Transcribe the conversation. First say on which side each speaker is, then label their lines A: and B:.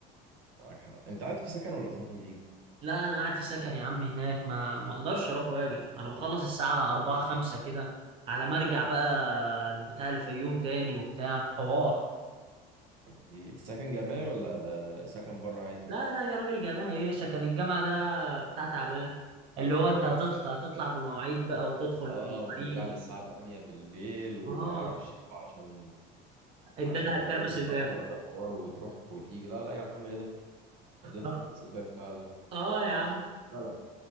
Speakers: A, on the right (about 75°); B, on the right (about 30°).
A: معاك حق انت قاعد في سكن ولا بتروح وتيجي
B: لا أنا قاعد في سكن يا عم هناك ما ما أقدرش أروح وأجي أنا بخلص الساعة أربعة خمسة كده على ما أرجع بقى بتاع الفيوم تاني وبتاع حوار
A: أكيد سكن جامعي ولا سكن بره عادي
B: لا لا يا راجل جامعي ايه سكن الجامعة ده بتاع تعبان اللي هو انت هتطلع هتطلع بمواعيد بقى وتدخل
A: اه
B: بمواعيد
A: وترجع لي الساعة 8 بالليل ومعرفش
B: اه
A: ايه عشان
B: الداده
A: عشان
B: هتتربس
A: لو جيت
B: الباب
A: متأخر بحوار وتروح وتيجي لا لا يا عم ايه ده ده هتحبس
B: اه
A: <laughs> الباب فعلا
B: آه يا عم
A: مش فعلا